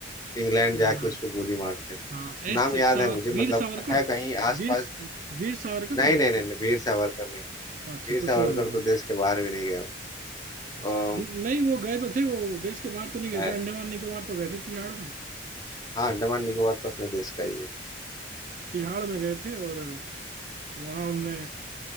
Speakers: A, on the left; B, on the right.
A: इंग्लैंड
B: क्या
A: जाके
B: नाम
A: उसको गोली मारते
B: हाँ एस
A: नाम याद
B: सावर
A: है मुझे
B: वीर
A: मतलब
B: सावरकर
A: है कहीं आसपास
B: वीर वीर सावरकर
A: नहीं
B: नाम
A: नहीं नहीं
B: क्या
A: नहीं वीर सावरकर नहीं
B: अच्छा
A: वीर सावरकर
B: कुछ और होगा
A: तो देश के बाहर भी नहीं गया
B: अच्छा अच्छा
A: अम,
B: न- नहीं वो गए तो थे वो देश के बाहर तो नहीं
A: है
B: गए थे अंडमान निकोबार तो गए थे तिहाड़ में
A: हाँ अंडमान निकोबार तो अपने देश का ही है
B: तिहाड़ में गए थे और वहां उन्होंने